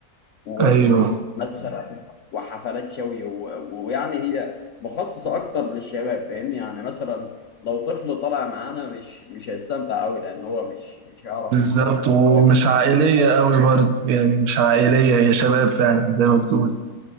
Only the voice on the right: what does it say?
ايوه
بالظبط
ومش
عائلية
قوي برضه يعني مش عائلية هي شباب فعلا زي ما بتقول